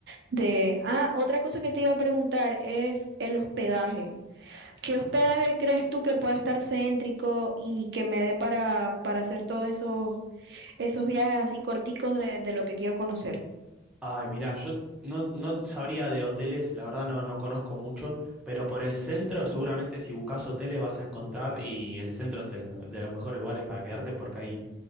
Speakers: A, on the right; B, in the centre.
A: de... Ah, otra cosa que te iba a preguntar es el hospedaje. ¿Qué hospedaje crees tú que pueda estar céntrico y que me dé para, para hacer todos esos, esos viajes así corticos de, de lo que quiero conocer?
B: Ay, mira, yo no, no sabría de hoteles, la verdad no, no conozco mucho, pero por el centro seguramente si buscas hoteles vas a encontrar y el centro es el me- de los mejores lugares para quedarte porque ahí,